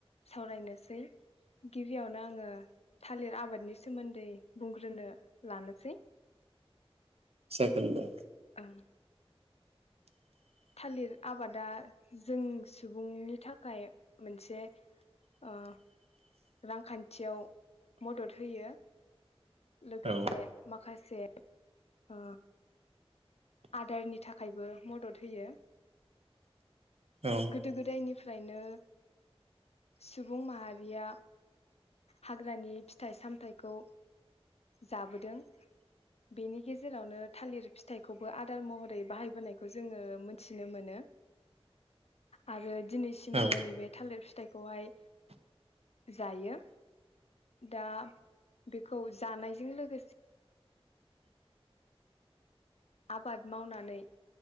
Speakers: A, on the left (about 80°); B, on the right (about 75°).
A: सावरायनो, सै गिबियावनो आङो थालिर आबादनि सोमोन्दै बुंग्रोनो लानोसै
B: जागोन दे
A: ओं थालिर आबादा जों सुबुंनि थाखाय मोनसे ओ रांखान्थियाव ओ मदद होयो, लोगोसे
B: औ
A: माखासे आ आदारनि थाखायबो मदद होयो,
B: औ
A: गोदो गोदायनि फ्रायनो सुबुं माहारिया हाग्रानि फिथाइ सामथखौ जाबोदों बेनि गेजेरावनो थालिर फिथ खौबो आदार महरै बाहायबोनायखौ जोङो मोनथिनो मोनो आरो दिनैसिमबो
B: औ
A: नैबे थालिर फिथाइ खौहाय जायो दा, बेखौ जानायजों लोगो आबाद मावनानै